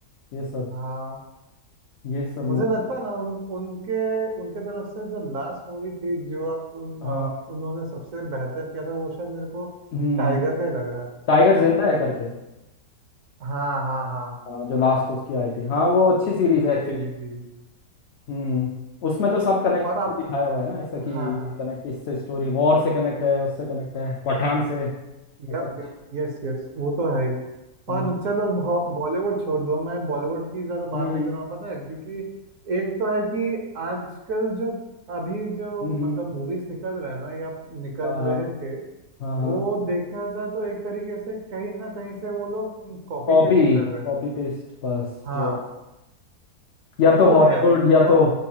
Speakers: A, on the left; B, on the right.
A: ये सब
B: हाँ
A: ये सब
B: मुझे
A: मूवी
B: लगता है ना उन उनके उनके तरफ से जो लास्ट मूवी थी जो उन अ,
A: हाँ
B: उन्होंने सबसे बेहतर किया था वो शायद मेरे को
A: हम्म
B: टाइगर
A: हम्म,
B: का ही लग रहा है
A: टाइगर जिंदा
B: नहीं
A: है करके
B: हाँ हाँ हाँ
A: हाँ जो लास्ट उसकी आई थी हाँ वो अच्छी सीरीज
B: जी
A: है एक्चुअली
B: जी जी जी जी
A: हम्म उसमें तो सब कनेक्ट
B: और आप
A: भी दिखाया हुआ है ना ऐसा कि ये
B: हाँ हाँ
A: कनेक्ट इससे स्टोरी वॉर से कनेक्ट है उससे कनेक्ट है पठान से
B: यप
A: ऐसा कुछ
B: यप यस यस वो तो है ही
A: हम्म
B: और चलो बॉलीवुड छोड़ दो मैं बॉलीवुड की ज़्यादा
A: हम्म
B: बात नहीं
A: हम्म
B: करूँगा पता है क्योंकि एक तो है कि आजकल जो अभी जो
A: हम्म, हम्म,
B: मतलब मूवीज निकल रहा है ना या निकल
A: हाँ हाँ
B: रहे थे
A: हाँ हाँ
B: वो देखा जाए तो एक तरीके से कहीं ना कहीं से वो लोग कॉपी
A: कॉपी
B: पेस्ट कर रहे हैं
A: कॉपी पेस्ट बस
B: हाँ
A: वो या
B: वो
A: तो
B: तो
A: हॉलीवुड
B: है
A: या
B: और
A: तो